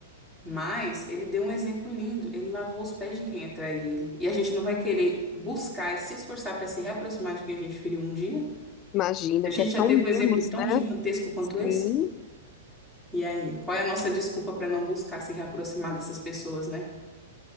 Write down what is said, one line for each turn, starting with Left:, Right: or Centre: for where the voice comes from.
Centre: mas ele deu um exemplo lindo, ele lavou os pés de quem atrai ele. E a gente não vai querer buscar e se esforçar para se reaproximar de quem a gente feriu um dia?
Left: Imagina
Centre: A gente
Left: que é tão
Centre: já teve
Left: menos,
Centre: um exemplo tão
Left: né?
Centre: gigantesco quanto
Left: Sim.
Centre: esse? E aí, qual é a nossa desculpa para não buscar se reaproximar dessas pessoas, né?